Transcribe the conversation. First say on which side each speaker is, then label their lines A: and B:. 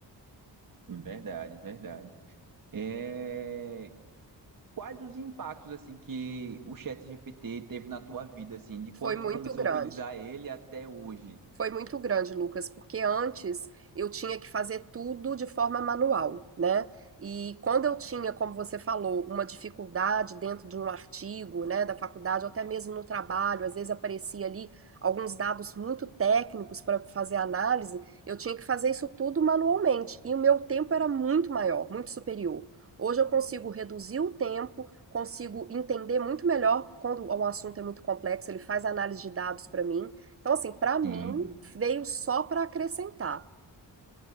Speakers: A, on the right; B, on the right.
A: Verdade, verdade. É, Quais os impactos assim que o chat GPT teve na tua vida assim, de
B: Foi
A: quando
B: muito
A: tu começou
B: grande.
A: a utilizar ele até hoje?
B: Foi muito grande, Lucas, porque antes eu tinha que fazer tudo de forma manual, né? E quando eu tinha, como você falou, uma dificuldade dentro de um artigo, né, da faculdade, ou até mesmo no trabalho, às vezes aparecia ali alguns dados muito técnicos para fazer análise, eu tinha que fazer isso tudo manualmente e o meu tempo era muito maior, muito superior. Hoje eu consigo reduzir o tempo, consigo entender muito melhor quando um assunto é muito complexo, ele faz análise de dados para mim então, assim, para mim
A: Sim,
B: veio só para acrescentar.